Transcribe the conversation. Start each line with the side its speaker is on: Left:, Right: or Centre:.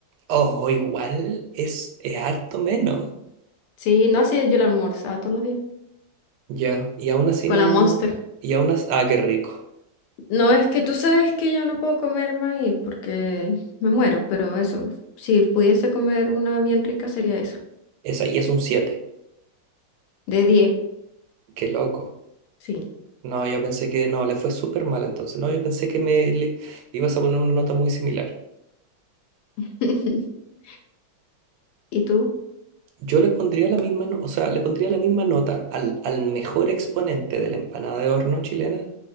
Right: O igual es, es harto menos.
Left: Sí, no así yo la almorzaba todos los días.
Right: Ya, y aún así
Left: Con
Right: no.
Left: la Monster.
Right: Y aún así. Ah, qué rico.
Left: No, es que tú sabes que yo no puedo comer maíz porque me muero, pero eso, si pudiese comer una bien rica sería esa.
Right: Esa, y es un siete
Left: De diez,
Right: Qué loco.
Left: sí.
Right: No, yo pensé que. No, le fue súper mal entonces. No, yo pensé que me le, le ibas a poner una nota muy similar.
Left: <laughs> ¿Y tú?
Right: Yo le pondría la misma. no- O sea, le pondría la misma nota al, al mejor exponente de la empanada de horno chilena